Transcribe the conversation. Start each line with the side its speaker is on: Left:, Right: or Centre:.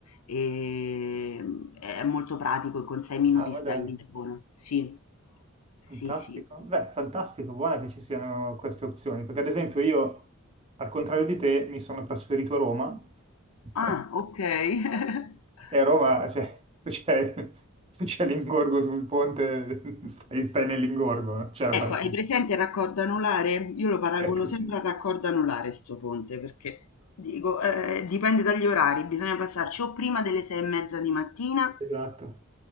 Left: Ehm, è molto pratico e con 6 minuti
Right: Ah, ma
Left: stai
Right: dai,
Left: a Lisbona. Sì.
Right: fantastico.
Left: Sì, sì.
Right: Beh, fantastico, buona che ci siano queste opzioni, perché ad esempio io, al contrario di te, mi sono trasferito a Roma
Left: Ah,
Right: <laughs>
Left: okay. <laughs>
Right: e a Roma, cioè, <laughs> se c'è se c'è l'ingorgo sul ponte, stai, stai nell'ingorgo, non c'è la
Left: Ecco,
Right: parcheggia.
Left: hai presente il raccordo anulare? Io lo paragono
Right: Ecco
Left: sempre
Right: sì,
Left: al raccordo anulare 'sto ponte, perché dico, ehm, dipende dagli orari, bisogna passarci o prima delle 6 e mezza di mattina
Right: esatto,